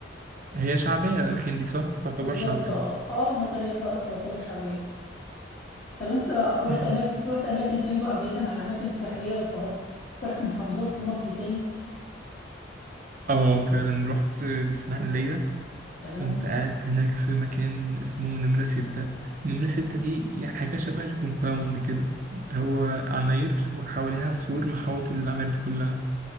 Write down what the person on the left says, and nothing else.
بالظبط
آه آه المطرية تعتبر شعبية طب انت رحت
اماكن رحت اماكن تاني بقى بعيدا عن الاماكن الساحليه والقاهره رحت محافظات في مصر تاني
تمام